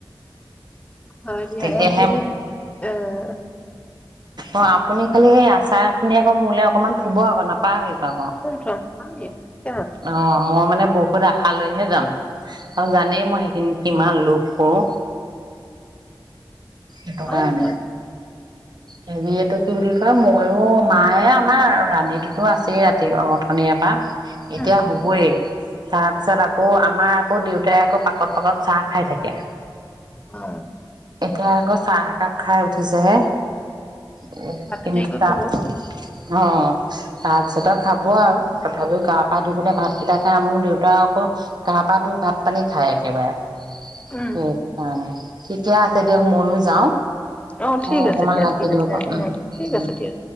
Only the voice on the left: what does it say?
হয় দিয়া।
এক মিনিট, অ',
থম থম থম দিয়া কিয়
থম
মই
উম
হয়।
ভাতটো
দেৰিকৈ
খাব
উম
অ', ঠিক
আছে। দিয়া
ঠিক
আছে।
উ, ঠিক আছে দিয়া।